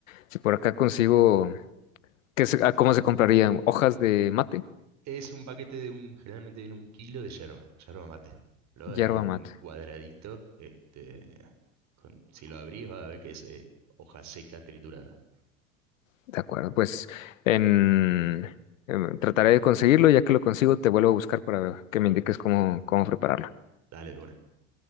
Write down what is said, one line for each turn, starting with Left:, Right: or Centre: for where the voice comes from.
Left: si por acá consigo, ¿qué se- ah, ¿cómo se comprarían? ¿Hojas de mate?
Right: Es un paquete de un, generalmente viene un kilo de yerba, yerba mate. Lo de
Left: Hierba
Right: un
Left: mate.
Right: cuadradito, este, con- si lo abrís va a ver que es eh, hoja seca triturada.
Left: De acuerdo, pues en, em, trataré de conseguirlo, ya que lo consigo, te vuelvo a buscar para que me indiques cómo, cómo prepararlo.
Right: Dale de una,